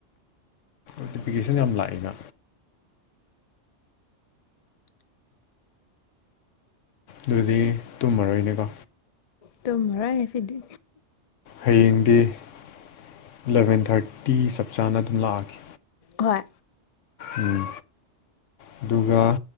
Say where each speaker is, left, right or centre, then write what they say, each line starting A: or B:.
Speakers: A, on the left (about 80°); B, on the left (about 50°).
A: ꯅꯣꯇꯤꯐꯤꯀꯦꯁꯟ ꯌꯥꯝ ꯂꯥꯛꯏꯅ ꯑꯗꯨꯗꯤ ꯇꯨꯝꯃꯔꯣꯏꯅꯦꯀꯣ
B: ꯇꯨꯃꯔꯣꯏ ꯉꯁꯤꯗꯤ
A: ꯍꯌꯦꯡꯗꯤ ꯑꯦꯂꯚꯦꯟ ꯊꯥꯔꯇꯤ ꯆꯞ ꯆꯥꯅ ꯑꯗꯨꯝ ꯂꯥꯛꯑꯒꯦ
B: ꯍꯣꯏ
A: ꯎꯝ ꯑꯗꯨꯒ